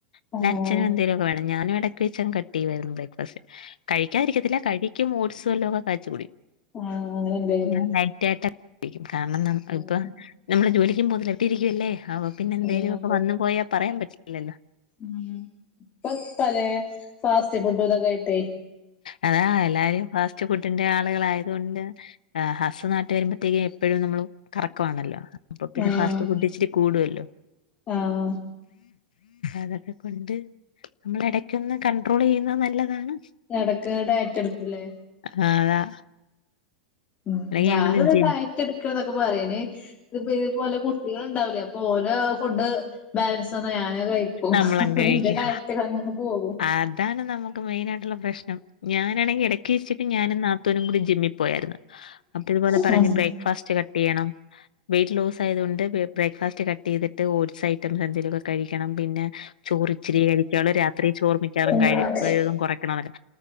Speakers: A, on the left; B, on the left.
A: പിന്നെ
B: ആഹ്
A: അച്ഛന് എന്തേലുംക്കെ വേണം ഞാനും എടയ്ക്ക് വെച്ചങ്ങ് കട്ട് ചെയ്യ്വായിരുന്നു ബ്രേക്ക്ഫാസ്റ്റ് കഴിക്കാതിരിക്കത്തില്ല കഴിക്കും ഓട്സ് വല്ലോക്കെ കാച്ചികുടി
B: ആഹ് അങ്ങനെ എന്തെങ്കിലും
A: ഇങ്ങനെ ലൈറ്റായിട്ട് ടിക്കും കാരണം ന
B: ഉം
A: ഇപ്പ നമ്മള് ജോലിക്കും പോന്നില്ല വീട്ടി ഇരിക്കുവല്ലേ അപ പിന്നെന്തേലുവൊക്ക
B: ഉം
A: വന്നു പോയാ പറയാൻ പറ്റില്ലല്ലോ
B: ഉം ഇപ്പ പലേ ഫാസ്റ്റ് ഫുഡും ഇതൊക്കായിട്ടെ
A: അതാ എല്ലാരും ഫാസ്റ്റ് ഫുഡിന്റെ ആളുകളായത് കൊണ്ട് ആ ഹസ്റ്റ് നാട്ട് വരുമ്പഴത്തേക്കും എപ്പഴും നമ്മള് കറക്കവാണല്ലോ അപ്പൊ പിന്നെ
B: ആഹ്
A: ഫാസ്റ്റ് ഫുഡ്ച്ചിരി കൂടുവല്ലോ
B: ആഹ്
A: അതൊക്കെ കൊണ്ട് നമ്മളെടക്കൊന്ന് കണ്ട്രോളെയ്യുന്നത് നല്ലതാണ്
B: എടക്ക്ങ്ങള് ടയറ്റെടുക്കൂല്ലേ?
A: ആഹ് അതാ
B: ഉം
A: അല്ലെങ്കിൽ
B: ഞാനിവിടെ
A: ഞങ്ങളൊന്ന് ജിം
B: ഡയറ്റെടുക്കാന്നൊക്കെ പറയ്ന് ഇപ്പതേ പോലെ കുട്ടി കളുണ്ടാവൂലേ അപ്പോലെ ഫുഡ് ബാലൻസ് വന്നാ ഞാനത് കഴിക്കും
A: നമ്മളും
B: അപ്പ പിന്നെന്റെ
A: കഴിക്കും
B: ഡയറ്റക്കങ്ങ് പോകും
A: അതാണ് നമു ക്ക് മെയിനായിയിട്ടുള്ള പ്രശ്നം ഞാനാണെങ്കി എടക്ക് വെച്ചിട്ട് ഞാനും നാത്തൂനും കൂടി ജിമ്മി പോയായിരുന്നു അപ്പിതുപോലെ
B: ഉം
A: പറഞ്ഞ് ബ്രേക്ക്ഫാസ്റ്റ് കട്ട കട്ടെയ്യണം വൈറ്റ് ലോസായതു കൊണ്ട് ബ്രേക്ഫാസ്റ് കട്ട്‌ ചെയ്തിട്ട് ഓഡ്സൈറ്റം എന്തെങ്കിലൊക്കെ കഴിക്കണം പിന്നെ ചോറ്ച്ചിരിയെ കഴിക്കാള്ളൂ രാത്രി ചോറ് മിക്കവാറും
B: ഉം
A: കഴ കഴിവതും കൊറക്കണന്നൊക്കെ